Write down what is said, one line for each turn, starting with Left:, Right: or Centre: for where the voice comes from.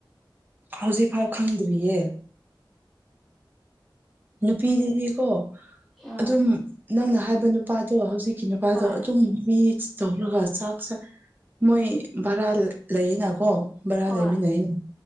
Right: ꯍꯧꯖꯤꯛꯐꯥꯎ ꯈꯪꯗ꯭ꯔꯤꯌꯦ ꯅꯨꯄꯤꯗꯤ ꯀꯣ
Centre: ꯑꯥ
Right: ꯑꯗꯨꯝ ꯅꯪꯅ ꯍꯥꯏꯕ ꯅꯨꯄꯥꯗꯣ ꯍꯧꯖꯤꯛꯀꯤ ꯅꯨꯄꯥꯗꯣ
Centre: ꯍꯣꯏ
Right: ꯑꯗꯨꯝ ꯃꯤ ꯇꯧꯔꯒ ꯆꯥꯛꯁ ꯃꯣꯏ ꯚꯔꯥ ꯂꯩꯌꯦꯅꯀꯣ ꯚꯔꯥ
Centre: ꯍꯣꯏ
Right: ꯂꯩꯃꯤꯟꯅꯩꯩꯅ